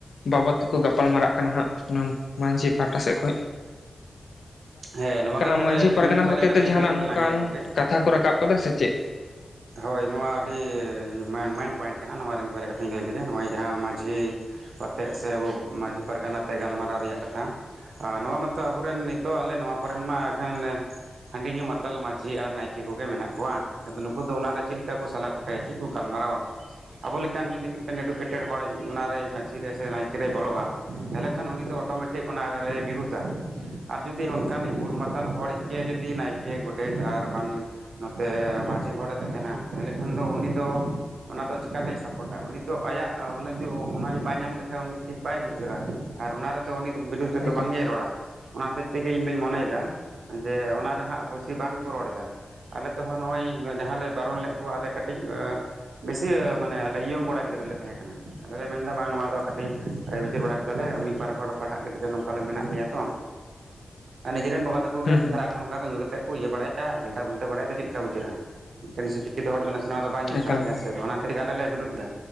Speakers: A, on the left (about 70°); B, on the right (about 80°).
A: ᱵᱟᱵᱚᱫ ᱛᱮᱠᱚ ᱜᱟᱯᱟᱞ ᱢᱟᱨᱟᱜ ᱠᱟᱱᱟ ᱦᱟᱸᱜ ᱱᱚᱣᱟ ᱢᱟᱺᱡᱷᱤ ᱯᱟᱦᱴᱟ ᱥᱮᱫ ᱠᱷᱚᱱᱚᱡ
B: <unintelligible> ᱦᱮᱸ ᱱᱚᱶᱟ ᱠᱟᱛᱷᱟᱮ
A: ᱢᱟᱺᱡᱷᱤ ᱯᱟᱨᱜᱟᱱᱟ
B: ᱤᱧ ᱢᱤᱫ
A: ᱦᱚᱛᱮ
B: ᱵᱟᱨᱭᱟ ᱠᱟᱛᱷᱟᱧ
A: ᱛᱮ ᱡᱟᱦᱟᱱᱟᱜ
B: ᱞᱟᱹᱭ ᱞᱮ
A: ᱱᱚᱝᱠᱟᱱ
B: ᱛᱟᱞᱟᱝ ᱜᱮ ᱜᱚᱝᱠᱮ
A: ᱠᱟᱛᱷᱟ ᱠᱚ ᱨᱟᱠᱟᱵ ᱠᱟᱫᱟ ᱥᱮ ᱪᱮᱫ
B: ᱦᱳᱭ ᱱᱚᱣᱟ ᱟᱹᱰᱤ ᱢᱮᱱ ᱯᱚᱭᱮᱱᱴ ᱠᱟᱱᱟ ᱱᱚᱣᱟ ᱵᱟᱨᱭᱟ ᱠᱟᱛᱷᱟᱧ ᱞᱟᱹᱭ ᱞᱮᱫᱟ ᱱᱚᱜᱼᱚᱭ ᱡᱟᱦᱟᱸ ᱢᱟᱹᱡᱷᱤ ᱠᱟᱛᱜ ᱥᱮ ᱟᱵᱚ ᱢᱟᱺᱡᱷᱤ ᱯᱟᱨᱜᱟᱱᱟ ᱛᱮ ᱜᱟᱞᱢᱟᱨᱟᱣ ᱨᱮᱭᱟᱜ ᱠᱟᱛᱷᱟ ᱟᱨ ᱱᱚᱣᱟ ᱢᱟᱛᱚ ᱟᱵᱚᱨᱮᱱ ᱱᱤᱛᱚᱜ ᱟᱞᱮ ᱱᱚᱣᱟ ᱠᱚᱨᱮᱱ ᱢᱟ ᱮᱠᱷᱮᱱ ᱦᱟᱺᱰᱤ ᱧᱩ ᱢᱟᱛᱟᱞ ᱢᱟᱺᱡᱷᱤ ᱟᱨ ᱱᱟᱭᱠᱮ ᱠᱚᱜᱮ ᱢᱮᱱᱟᱜ ᱠᱚᱣᱟ ᱟᱫᱚ ᱱᱩᱠᱩ ᱫᱚ ᱚᱱᱟᱨᱮ ᱪᱮᱫ ᱞᱮᱠᱟ ᱠᱚ ᱥᱟᱟᱞᱟᱜ ᱠᱚᱣᱟ ᱠᱚᱚᱴᱮᱭᱟ ᱪᱮᱫ ᱠᱚ ᱜᱟᱞᱢᱟᱨᱟᱣᱟ ᱟᱵᱚ ᱞᱮᱠᱟᱱ ᱡᱩᱫᱤ ᱢᱤᱫᱴᱮᱱ ᱮᱰᱩᱠᱮᱴᱮᱮᱴ ᱦᱚᱲ ᱚᱱᱟᱨᱮ ᱢᱟᱺᱡᱷᱮ ᱥᱮ ᱱᱟᱭᱠᱮ ᱨᱮᱭ ᱵᱚᱞᱚᱜᱼᱟ ᱛᱟᱦᱚᱞᱮ ᱠᱷᱟᱱ ᱩᱱᱤ ᱫᱚ ᱚᱴᱳᱢᱮᱴᱤᱠ ᱚᱱᱟ ᱨᱮᱭ ᱵᱤᱨᱩᱫᱟ ᱟᱨ ᱡᱩᱫᱤ ᱡᱩᱤ ᱚᱱᱠᱟᱱᱤᱡ ᱩᱩᱞ ᱢᱟᱛᱟᱞ ᱦᱚᱲᱤᱡ ᱜᱮ ᱡᱩᱫᱤ ᱱᱟᱭᱠᱮ ᱜᱚᱰᱮᱛ ᱟᱨ ᱵᱟᱝ ᱱᱚᱛᱮ ᱢᱺᱡᱷᱤ ᱦᱚᱲᱮ ᱛᱟᱦᱮᱱᱟ ᱛᱟᱦᱚᱞᱮ ᱠᱷᱟᱱ ᱫᱚ ᱩᱱᱤ ᱫᱚ ᱚᱱᱟ ᱫᱚ ᱪᱤᱠᱟᱹᱛᱮᱭ ᱥᱟᱯᱳᱴᱟ ᱩᱱᱤ ᱫᱚ ᱟᱭᱟᱜ ᱩᱱᱤ ᱚᱱᱟ ᱵᱟᱭ ᱧᱟᱢ ᱞᱮᱠᱷᱟᱱ ᱩᱱᱤ ᱴᱷᱤᱠ ᱵᱟᱭ ᱵᱩᱡᱷᱟᱹᱜᱼᱟ ᱟᱨ ᱚᱱᱟ ᱨᱮᱫᱚ ᱩᱱᱤ ᱫᱚ ᱵᱤᱰᱩᱮᱫᱚ
A: ᱮᱠᱟᱞ
B: ᱵᱟᱝᱜᱮ ᱨᱚᱲᱟ ᱚᱱᱟᱛᱮ ᱛᱮᱜᱮ ᱤᱧ ᱫᱩᱧ ᱢᱚᱱᱮᱭᱮᱫᱟ ᱡᱮ ᱚᱱᱟᱨᱮᱦᱟᱸᱜ ᱵᱮᱥᱤ ᱵᱟᱝ ᱠᱚ ᱨᱚᱲ ᱮᱟ ᱟᱞᱮ ᱛᱮᱦᱚᱸ ᱱᱚᱜ ᱚᱚᱭ ᱡᱟᱦᱟᱸ ᱞᱮᱮ ᱵᱟᱨᱚᱱ ᱞᱮᱫ ᱠᱚᱣᱟ ᱟᱞᱮ ᱠᱟᱹᱴᱤᱡ ᱵᱮᱥᱤ ᱢᱟᱱᱮ ᱟᱞᱮ ᱤᱭᱝ ᱠᱚᱲᱟ ᱜᱤᱫᱽᱨᱟᱹ ᱞᱮ ᱛᱟᱦᱮᱸ ᱠᱟᱱᱟ ᱟᱞᱮ ᱢᱮᱱᱫᱟ ᱵᱟᱝ ᱱᱚᱣᱟ ᱫᱚ ᱠᱟᱹᱟᱹᱴᱤᱡ ᱵᱤᱪᱟᱹᱨ ᱵᱟᱲᱟ ᱠᱮᱫᱟᱞᱮ ᱢᱤᱫ ᱵᱟᱨ ᱦᱚᱲ ᱯᱟᱲᱦᱟᱜ ᱠᱟᱛᱮ ᱱᱚᱝᱠᱟᱞᱮ ᱢᱮᱱᱟᱜ ᱞᱮᱭᱟ ᱛᱚ ᱱᱤᱡᱮᱨᱨᱮᱱ ᱵᱟᱵᱟ ᱛᱟᱠᱚ
A: ᱦᱩᱸ
B: ᱜᱮ
A: ᱦᱩᱸ
B: ᱥᱟᱨᱟᱜ ᱛᱚᱠᱷ ᱚᱱ ᱠᱚ ᱧᱩ ᱠᱟᱛᱮᱮᱫ ᱠᱚ ᱤᱭᱟᱹ ᱵᱟᱲᱟᱭᱟ ᱜᱷᱟᱴᱟ ᱜᱷᱟᱹᱴᱟᱹ ᱵᱟᱲᱟᱭᱟ ᱫᱚ ᱪᱮᱫ ᱞᱮᱠᱟ ᱵᱩᱡᱷᱟᱹᱜᱼᱟ ᱢᱤᱫ ᱪ ᱦᱚᱲ ᱫᱚ ᱱᱟᱥᱮᱱᱟᱜ ᱫᱚ ᱵᱟᱭ ᱧᱮᱞ
A: ᱮᱠᱟᱞ
B: ᱥᱟᱟ ᱠᱮᱭᱟ
A: ᱮᱠᱟᱞ
B: ᱥᱮ ᱚᱱᱟ ᱠᱷᱟᱹᱤᱨ ᱜᱟᱰᱮᱞᱮ ᱞᱮ ᱵᱰᱩᱰ ᱞᱮᱫᱟ